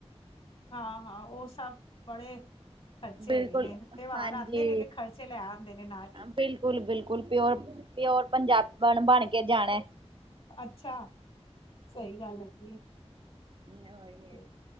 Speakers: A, on the left (about 55°); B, on the right (about 50°).
A: ਹਾਂ-ਹਾਂ ਓ ਸਬ ਬੜੇ ਖਰਚੇ
B: ਬਿਲਕੁਲ
A: ਹੈਗੇ ਨੇ, ਤਿਓਹਾਰ
B: ਹਾਂਜੀ
A: ਆਂਦੇ ਨੇ ਤੇ ਖਰਚੇ ਲੈ ਆਂਦੇ ਨੇ ਨਾਲ ਈ।
B: ਬਿਲਕੁਲ ਬਿਲਕੁਲ ਪਿਓਰ ਪਿਓਰ ਪੰਜਾਬਨ ਬਨ ਕੇ ਜਾਨਾ।
A: ਅੱਛਾ, ਸਈ ਗੱਲ ਹੈਗੀ ਐ।
B: ਨਿਓਏ
A: ਤੇ